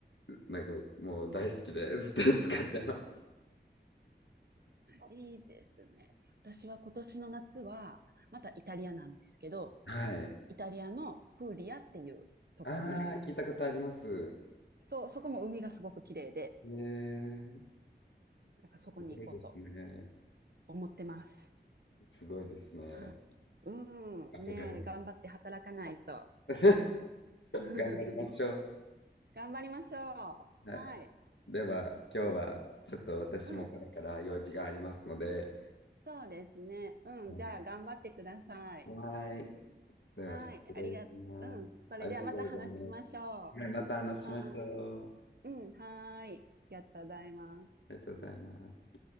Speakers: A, on the left; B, on the right.
A: なんかもう大好きでずっと使ってます。
B: ん。いいですね。私は今年の夏は、またイタリアなんですけど、
A: はい。
B: イタリアのプーリアっていうところに。
A: ああ、聞いたことあります。
B: そう、そこも海がすごく綺麗で、
A: ねえ、
B: なんかそこに行こうと
A: すごいですね。
B: 思ってます。
A: すごいですね。
B: はいう
A: 憧れます。
B: ん、ねえ、頑張って働かないと。
A: <laughs>
B: <laughs>
A: 頑張りましょう。
B: 頑張りましょう。
A: はい。
B: はい。
A: では、今日はちょっと私もこれから用事がありますので、
B: うん、そうですね。うん、
A: はい。
B: じゃあ頑張ってください。
A: はい。では、
B: はい、
A: 失礼します。
B: ありが、うん、それではまた話しましょう。
A: ありがとうございます。はい、また話しましょう。
B: あ、うん、はーい。ありがとうございます。
A: ありがとうございます。